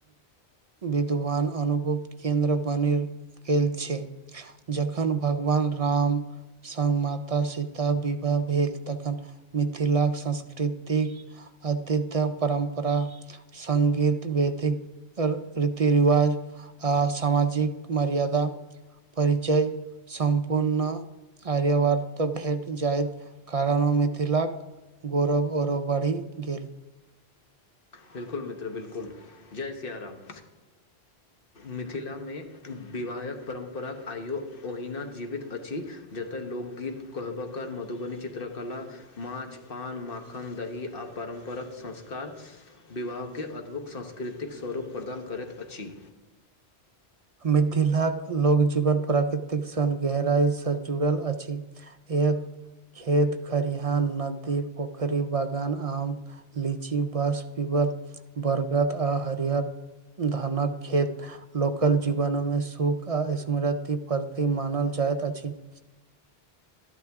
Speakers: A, on the right (about 45°); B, on the left (about 60°).
A: विद्वान अनुभव केन्द्र बाणी गेल छै जखन भगवान राम सगं माता सीता विवाह भेल तखन मिथिलाक संस्कृतिक अतित परम्परा संगीत वेदिक रीति रिवाज आ सामाजिक मर्यादा परचय सम्पूर्ण आर्य वार तऽ भेट जायत कारानो मिथिलाक गौरव अऔरव बढ़ि गेल
B: बिलकुल मित्र बिलकुल जय सियाराम मिथिलामे विवाहक परम्पराक आइयो ओहिना जीवित अछि जतय लोकगीत कहबबाक ओकर मधुबनी चित्रकला माछ पान माखन दही आ परारम्परक संस्कार विवाहके अद्भुत सांस्कृतिक स्वरूप प्रदान करैत अछि
A: मिथिलाक लोक जीवन प्राकृतिक सन गहराईसँ जुड़ल अछि एक खेत खरििहान नदी पोखरी बागान आम लीची बस पिबर बर्गाद आ हरियर धानक खेत लोक कल जीवनमे सुख आ स्मृद्धि प्रति मानल जाइत अछि <unintelligible>